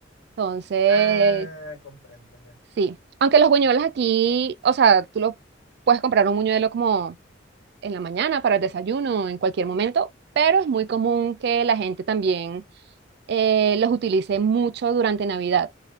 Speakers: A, on the right; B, on the left.
A: Entonces,
B: Ah, comprendo ya.
A: Sí, aunque los buñuelos aquí, o sea, tú lo puedes comprar un buñuelo como en la mañana para el desayuno, en cualquier momento, pero es muy común que la gente también eh, los utilice mucho durante Navidad